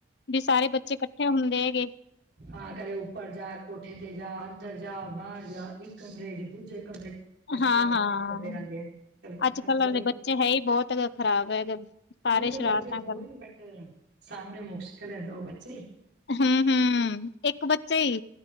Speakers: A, on the left (about 60°); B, on the right (about 65°).
A: ਵੀ ਸਾਰੇ ਬੱਚੇ ਇਕੱਠੇ ਹੁੰਦੇ ਹੈਗੇ।
B: ਹਾਂ ਕਦੇ ਉੱਪਰ ਜਾ ਕੋਠੇ ਤੇ ਜਾ, ਅੰਦਰ ਜਾ ਬਾਹਰ ਜਾ, ਇੱਕ ਕਮਰੇ ਚ ਦੂਜੇ ਕਮਰੇ ਚ। ਅ
A: ਹਾਂ-ਹਾਂ
B: ਸ਼ਰਾਰਤਾਂ ਕਰਦੇ ਰਹਿੰਦੇ ਆ
A: ਅੱਜ ਕੱਲ੍ਹ
B: ਚਲੇ
A: ਵਾਲੇ
B: ਗਏ।
A: ਬੱਚੇ ਹੈ ਹੀ ਬਹੁਤ ਖ਼ਰਾਬ ਹੈਗੇ। ਸਾਰੇ
B: ਅਜ ਕੱਲ੍ਹ
A: ਸ਼ਰਾਰਤਾਂ
B: ਬੱਚੇ ਦੋ
A: ਕਰਨ
B: ਹੀ ਬੇਟਰ ਆ ਸਾਂਭਣੇ ਮੁਸ਼ਕਿਲ ਹੈ ਦੋ ਬੱਚੇ।
A: ਹਮ ਹਮ ਇੱਕ ਬੱਚਾ ਹੀ